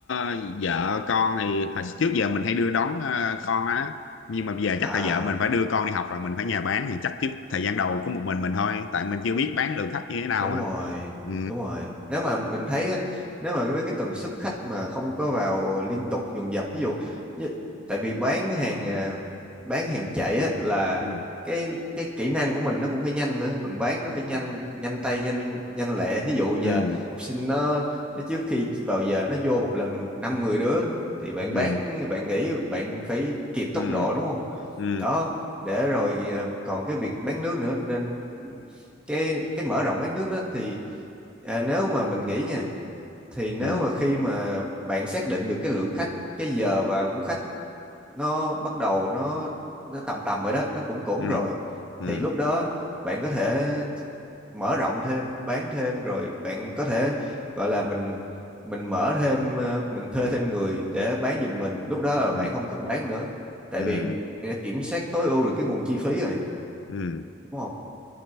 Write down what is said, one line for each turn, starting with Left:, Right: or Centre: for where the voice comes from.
Left: ờ, vợ con thì hồi trước giờ mình hay đưa đón ờ, con á nhưng mà bây giờ chắc
Centre: à
Left: là vợ mình phải đưa con đi học rồi mình phải nhà bán thì chắc trước thời gian đầu có một mình mình thôi tại mình chưa biết bán lượng khách như thế nào
Centre: đúng
Left: mà
Centre: rồi
Left: ừ
Centre: đúng rồi nếu mà mình thấy á, nếu mà cái cái tần suất khách mà không có vào liên tục dồn dập ví dụ như, tại vì bán hàng à, bán hàng chạy á, là
Left: ừ
Centre: cái cái kỹ năng của mình nó cũng phải nhanh nữa mình bán nó phải nhanh nhanh tay nhanh nhanh lẹ ví dụ giờ
Left: ừ
Centre: học sinh nó nó trước khi vào giờ nó vô một lần năm 10 đứa thì bạn
Left: ừ
Centre: bán bạn nghĩ bạn phải kịp
Left: ừ
Centre: tốc độ đúng không
Left: ừ
Centre: đó để rồi à, còn cái việc bán nước nữa nên cái cái mở rộng bán nước đó thì à, nếu mà mình nghĩ nha thì nếu
Left: ừ
Centre: mà khi mà bạn xác định được cái lượng khách cái giờ vào của khách nó bắt đầu nó nó tầm tầm rồi đó nó cũng cũng
Left: ừ
Centre: rồi
Left: ừ
Centre: thì lúc đó bạn có thể mở rộng thêm bán thêm rồi bạn có thể gọi là mình mình mở thêm ờ, mình thuê thêm người để bán giùm mình lúc đó là
Left: ừ
Centre: bạn không cần bán nữa tại
Left: ừ
Centre: vì bạn đã kiểm soát tối ưu được cái nguồn chi phí rồi
Left: ừ
Centre: đúng không